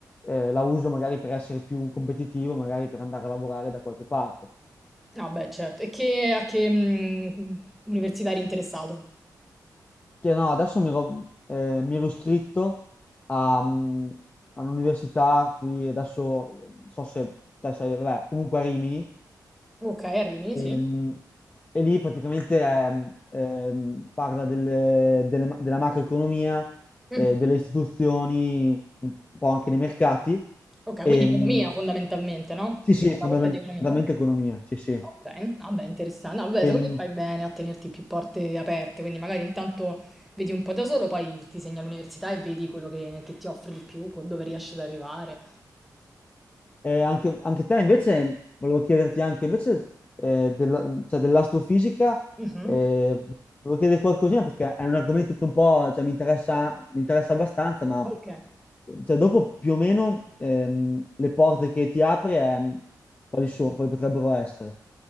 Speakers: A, on the left; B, in the centre.
A: eh, la uso magari per essere più competitivo, magari per andare a lavorare da qualche parte.
B: Ah, beh, certo. E che, a che mm, università eri interessato?
A: Cioè, no, adesso mi ero, eh, mi ero iscritto a, mm, all'università qui, adesso non so se te sai, vabbè, comunque a Rimini,
B: Ok, a Rimini,
A: e,
B: sì.
A: mm, e lì praticamente ehm, ehm, parla delle- delle- della macroeconomia,
B: Mm,
A: eh, delle istituzioni, un po' anche dei mercati.
B: Ok,
A: E,
B: quindi economia
A: mm,
B: fondamentalmente, no?
A: sì, sì,
B: Quindi la
A: fondamentalmente
B: facoltà di economia, ok.
A: economia, sì, sì.
B: Okay, vabbè interessan no vabbè
A: Ehm,
B: secondo me fai bene a tenerti più porte aperte, quindi magari intanto vedi un po' da solo, poi ti segni all'università e vedi quello che che ti offre di più, co dove riesci ad arrivare.
A: Eh, anche, anche te invece, volevo chiederti anche invece eh, della- cioè, dell'astrofisica,
B: Mh-mh.
A: eh, volevo chiedere qualcosina perché è un argomento che un po' cioè, mi interessa, mi interessa abbastanza, ma
B: Okay.
A: cioè, dopo più o meno ehm, le porte che ti apri, ehm, quali sono, quali potrebbero essere?